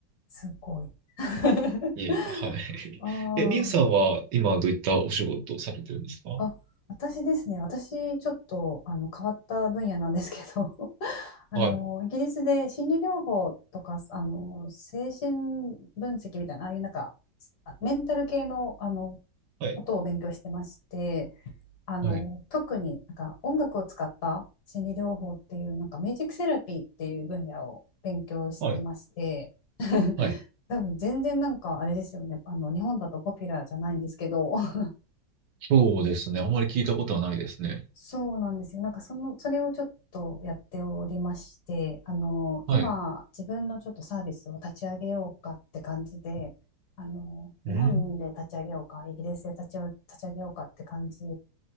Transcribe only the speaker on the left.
すごい。<laughs>
あ
ーあ、私ですね、私ちょっとあの変わった分野なんですけど <laughs> あの、
イギリスで心理療法とかあの精神分析みたいな、ああいうなんかあメンタル系の、あの
ことを勉強してまして、あの特になんか音楽を使った心理療法っていうなんかミュージックセラピーっていう分野を勉強してまして
<laughs>
多分全然なんかあれですよねあの日本だとポピュラーじゃないんですけど <laughs>
そうなんですよなんかそのそれをちょっとやっておりましてあの今自分のちょっとサービスを立ち上げようかって感じであの日本で立ち上げようかイギリスで立ち上立ち上げようかって感じ